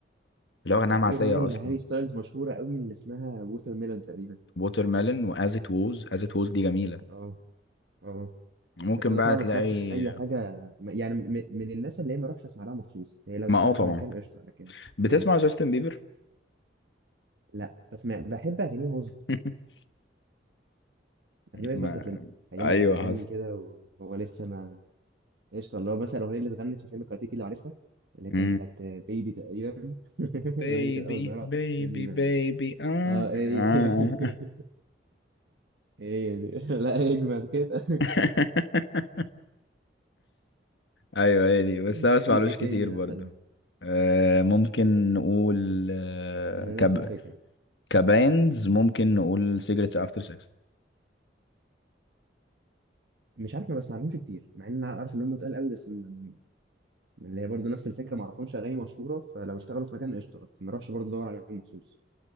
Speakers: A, on the left; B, on the right.
A: اللي هو غناها
B: كان
A: معسيه
B: في اغنيه لهاري
A: اصلا
B: ستايلز مشهوره قوي اللي اسمها ووتر ميلون تقريبا
A: ووتر ميلون واز ات ووز از ات ووز دي جميله
B: اه اه
A: ممكن
B: بس انا
A: بقى
B: صراحه
A: تلاقي
B: ما سمعتش اي حاجه م- يعني م- من الناس اللي هي ما اروحش اسمع لها مخصوص هي لو
A: ما
B: اشتغلت
A: اه طبعا
B: في مكان قشطه لكن
A: بتسمع
B: اه
A: جاستن بيبر
B: لا بس ما بحب اغانيه وهو صغير
A: <laughs>
B: اغانيه وهو
A: ما
B: صغير كانت لذيذه ايام
A: ايوه
B: ما كان بيغني كده وهو لسه ما قشطه اللي هو مثلا الاغنيه اللي اتغنت في فيلم كاراتيكي اللي عارفها اللي كانت
A: حصل
B: بتاعت بيبي تقريبا <laughs> الاغنيه
A: بيبي
B: دي كانت اول ظاهره
A: بيبي
B: في فيلم
A: بيبي آه.
B: اه ايه
A: آه.
B: <laughs> ايه دي <laughs> لا اجمل كده
A: <laughs> ايوه هي دي
B: <laughs>
A: بس انا بسمعلوش
B: في ايه
A: كتير
B: تاني
A: برضه
B: مثلا
A: آه ممكن نقول آه
B: انا
A: كب...
B: نفس الفكره
A: كباندز ممكن نقول سيجرتس افتر سكس
B: مش عارف ما بسمعلهمش كتير مع ان انا عارف ان هم تقال قوي بس من من اللي هي برضه نفس الفكره ما اعرفهمش اغاني مشهوره فلو اشتغلوا في مكان قشطه بس ما اروحش برضه ادور عليهم مخصوص